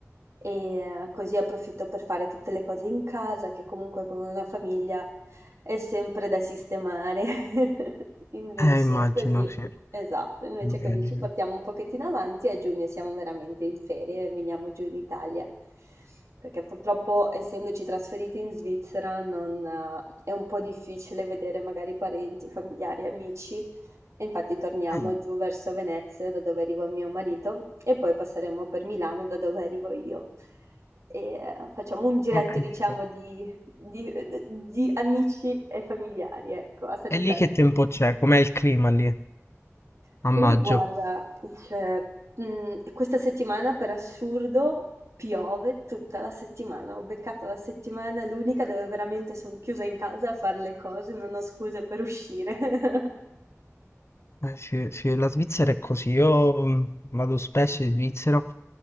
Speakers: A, on the right; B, on the left.
A: e eh, così approfitto per fare tutte le cose in casa, che comunque con una famiglia è sempre da sistemare. <laughs> Invece
B: Eh, immagino,
A: così,
B: sì,
A: esatto, invece
B: immagino.
A: così ci portiamo un pochettino avanti e a giugno siamo veramente in ferie e veniamo giù in Italia. Perché purtroppo, essendoci trasferiti in Svizzera, non, eh, è un po' difficile vedere magari parenti, familiari, amici. E infatti torniamo
B: Eh,
A: giù verso Venezia, da dove arriva mio marito, e poi passeremo per Milano, da dove arrivo io. E eh, facciamo un giretto,
B: ho capito.
A: diciamo, di, di- di amici e familiari, ecco, a salutare
B: E lì che
A: tutti.
B: tempo c'è? Com'è il clima lì?
A: Qui,
B: A maggio?
A: guarda, cioè, mh, questa settimana per assurdo piove tutta la settimana. Ho beccato la settimana l'unica dove veramente sono chiusa in casa a fare le cose, non ho scuse per uscire. <laughs>
B: Eh, sì, sì, la Svizzera è così. Io mm, vado spesso in Svizzera,